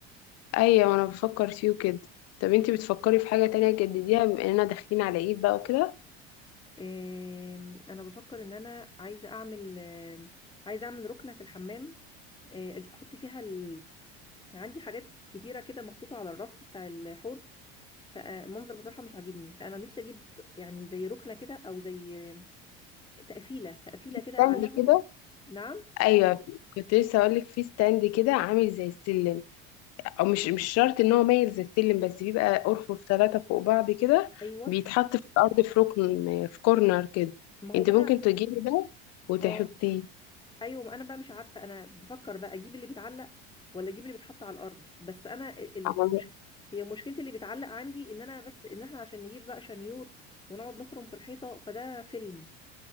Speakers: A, on the left (about 60°); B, on the left (about 15°).
A: ايوه انا بفكر فيه وكده طب انتي بتفكري في حاجة تانية تجدديها بما اننا داخلين على عيد بقى وكده
B: آم، انا بفكر ان انا عايزه اعمل آم، عايزه اعمل ركنه في الحمام آه، أج- احط فيها ال... عندي حاجات كتيره كده محطوطه على الرف بتاع الحوض فالمنظر بصراحه مش عاجبني فانا نفسي اجيب يعني زي ركنه كده او زي تقفيله تقفيله
A: في
B: كده
A: ستاند
B: اعلقها
A: كده
B: نعم
A: ايوه كنت لسه اقول لك في ستاند كده عامل زي السلم او مش مش شرط ان هو مايل زي السلم بس بيبقى ارفف ثلاثة فوق بعض كده
B: ايوه
A: بيتحط في الارض في ركن في كورنر كده
B: ما هو
A: انت
B: بقى
A: ممكن تجيبي ده وتحطيه
B: اه ايوه ما انا بقى مش عارفه انا بفكر بقى اجيب اللي بيتعلق ولا اجيب اللي بيتحط على الارض بس انا ال- ال-
A: أنا-
B: مش هي مشكلتي اللي بيتعلق عندي ان انا بس ان احنا عشان نجيب بقى شنيور ونقعد نخرم في الحيطه فده فيلم